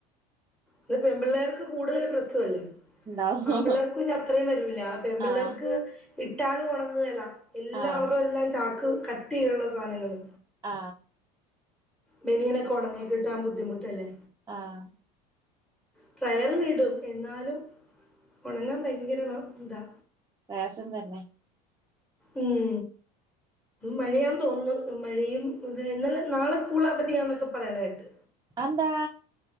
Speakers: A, in the centre; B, on the right (about 20°).
A: ഇപ്പം പെൺപിള്ളേർക്ക് കൂടുതൽ ഡ്രസ് അല്ലേ
B: ഉണ്ടാവോ
A: ആൺപിള്ളേർക്ക്‌ പിന്നെ അത്രയും വരൂല്ല പെൺപിള്ളാർക്ക്
B: ആഹ്
A: ഇട്ടാലും ഉണങ്ങുകേല എല്ലാവരുടെ
B: ആഹ്
A: എല്ലാം ചാക്ക് കട്ടി ഉള്ള സാധനങ്ങള്
B: ആ
A: ബെനീനൊക്കെ ഉണങ്ങി കിട്ടാൻ ബുദ്ധിമുട്ടല്ലേ
B: ആഹ്
A: <unintelligible> എന്നാലും ഉണങ്ങാൻ ഭയങ്കര ഇതാ
B: പ്രയാസം തന്നെ
A: ഉം മഴയാന്ന് തോന്നുന്നു മഴയും ഇ ഇന്നലെ നാളെ സ്കൂൾ അവധിയാണെന്ന് പറയണകേട്ട്
B: അത് എന്താ